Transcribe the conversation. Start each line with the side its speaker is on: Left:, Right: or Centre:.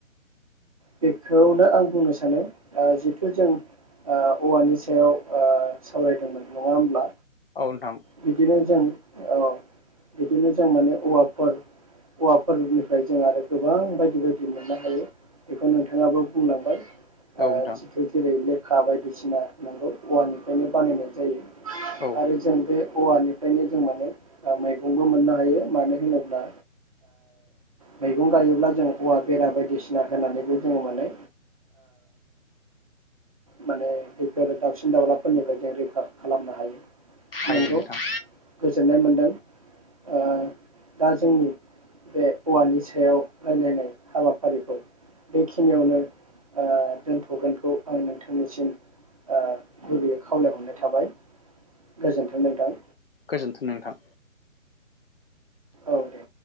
Right: बेखौनो आं बुंनो सानो आ जिहथु ओ जों औवानि सायाव सावरायदोंमोन नङा होमब्ला
Left: औ नोंथां
Right: बिदिनो जों औ बिदिनो जों माने औवाफोर औवाफोरनिफ्राय जों आरो गोबां बायदि। जिबायदि मोननो हायो बेखौ नोंथाङाबो बुंलांबाय आ
Left: औ नोंथां
Right: जिथु जेरै लेख खा बायदिसिना नांगौ औवानिफ्रायनो बानायनाय जायो
Left: औ
Right: आरो जों बे औवानिफ्रायनो जों माने मैगंबो मोननो हायो मानो होनोब्ला मैगं गायोब्ला जों औवा बेरा बायदिसिना होनानैबो जोङो माने माने बेफोर दाउसिन दाउलाफोरनिफ्राय जों रैखा खालामनो हायो।
Left: हायो
Right: नंगौ
Left: नोंथां
Right: गोजोननाय मोन्दों। आ दा जोंनि बे औवानि सायाव रायलायनाय हाबाफारिखौ बेखिनियावनो ओ दोनथ'गोनखौ आं नोंथांनिसिम ओ गुरैयै खावलायहरनाय थाबाय गोजोन्थों नोंथां
Left: गोजोन्थों नोंथां
Right: औ दे